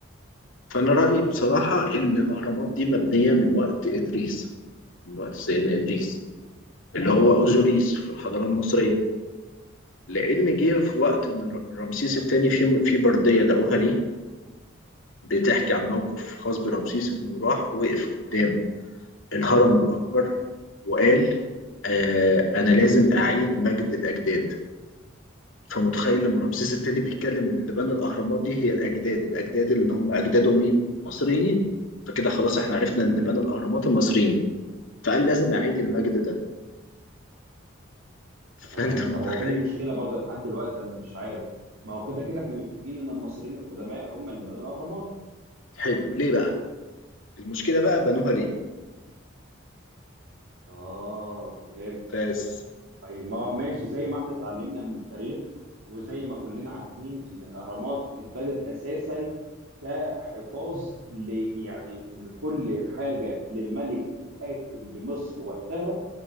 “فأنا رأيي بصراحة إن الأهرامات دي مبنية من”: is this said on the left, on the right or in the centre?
Left